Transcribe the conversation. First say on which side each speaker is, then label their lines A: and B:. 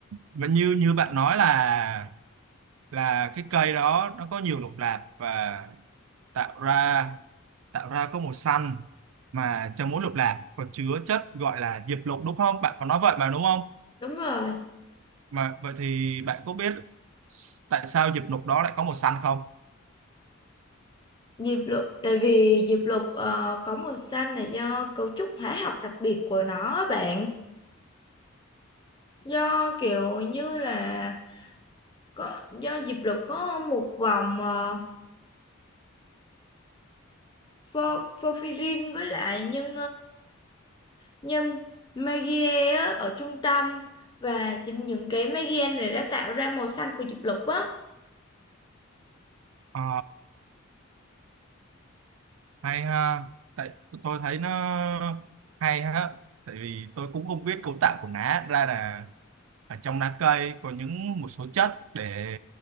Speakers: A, on the right; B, on the left.
A: và như như bạn nói là là cái cây đó nó có nhiều lục lạc và tạo ra tạo ra có màu xanh mà trong mỗi lục lạc có chứa chất gọi là diệp lục đúng không? Bạn có nói vậy mà đúng không?
B: đúng rồi
A: Mà vậy thì bạn có biết tại sao diệp lục đó lại có màu xanh không?
B: diệp lục tại vì diệp lục ờ, có màu xanh là do cấu trúc hóa học đặc biệt của nó á bạn do kiểu như là có do diệp lục có một vòng ờ, pho- porphyrin với lại nhân Nhưng Magie á, ở trung tâm và chính những cái Magie này đã tạo ra màu xanh của diệp lục á.
A: Ờ, hay ha. Tại tôi thấy nó hay ha. Tại vì tôi cũng không biết cấu tạo của lá ra là ở trong lá cây có những một số chất để